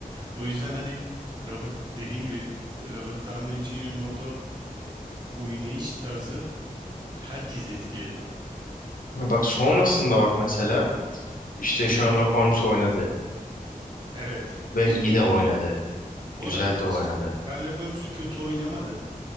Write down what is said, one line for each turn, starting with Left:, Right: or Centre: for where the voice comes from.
Right: o yüzden hani Robert dediğin gibi Robert Downey Jr.'ın orada oynayış tarzı herkesi etkiledi abi.
Left: Bak sonrasında bak mesela işte
Right: Hı
Left: Sherlock
Right: hı.
Left: Holmes oynadı
Right: Evet.
Left: ve
Right: Ş-
Left: iyi
Right: ö-
Left: de oynadı.
Right: Bu, bu
Left: Güzel
Right: arada
Left: de oynadı.
Right: Sherlock Holmes'u kötü oynamadı